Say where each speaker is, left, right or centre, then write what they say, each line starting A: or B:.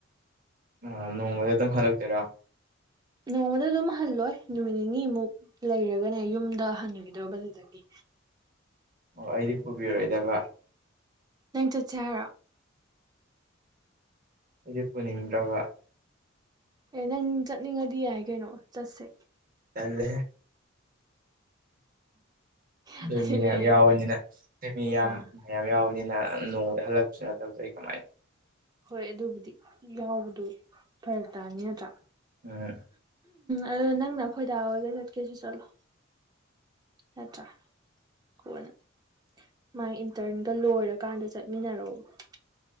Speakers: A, on the right; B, on the right.
A: ꯑ ꯅꯣꯡꯃꯗ ꯑꯗꯨꯝ ꯍꯜꯂꯛꯇꯣꯏꯔꯥ
B: ꯅꯣꯡꯃꯗ ꯑꯗꯨꯝ ꯍꯜꯂꯣꯏ ꯅꯨꯃꯤꯠ ꯅꯤꯅꯤꯃꯨꯛ ꯂꯩꯔꯒꯅꯦ ꯌꯨꯝꯗ ꯍꯟꯒꯤꯗꯣꯏꯕ ꯑꯗꯨꯗꯒꯤ
A: ꯑꯣ ꯑꯩꯗꯤ ꯄꯨꯕꯤꯔꯣꯏꯗꯕ
B: ꯅꯪ ꯆꯠꯁꯦ ꯍꯥꯏꯔꯣ
A: ꯑꯩꯗꯤ ꯄꯨꯅꯤꯡꯗ꯭ꯔꯕ
B: ꯑꯦ ꯅꯪ ꯆꯠꯅꯤꯡꯉꯗꯤ ꯌꯥꯏ ꯀꯩꯅꯣ ꯆꯠꯁꯦ
A: ꯇꯟꯂꯦꯍꯦ ꯅꯣꯏꯃꯤ
B: ꯑꯗꯨꯗꯤ
A: ꯃꯌꯥꯝ ꯌꯥꯎꯕꯅꯤꯅ ꯅꯣꯏꯃꯤ ꯌꯥꯝ
B: ꯑꯥ
A: ꯃꯌꯥꯝ ꯌꯥꯎꯕꯅꯤꯅ ꯅꯣꯡꯃꯗ ꯍꯜꯂꯛꯄꯁꯨ ꯅꯠꯇꯕꯗꯨ ꯑꯩ ꯀꯃꯥꯏꯅ
B: ꯍꯣꯏ ꯑꯗꯨꯕꯨꯗꯤ ꯌꯥꯎꯕꯗꯨ ꯐꯔꯛ ꯇꯥꯅꯤ ꯅꯠꯇ꯭ꯔꯥ
A: ꯎꯝ
B: ꯑꯗꯨ ꯅꯪꯅ ꯈꯣꯏꯗꯥꯎꯔꯒ ꯆꯠꯀꯦꯁꯨ ꯆꯠꯂꯣ ꯅꯠꯇ꯭ꯔꯥ ꯀꯣꯟꯅ ꯃꯥꯥꯏ ꯏꯟꯇꯔꯟꯒ ꯂꯣꯏꯔꯀꯥꯟꯗ ꯆꯠꯃꯤꯟꯅꯔꯕ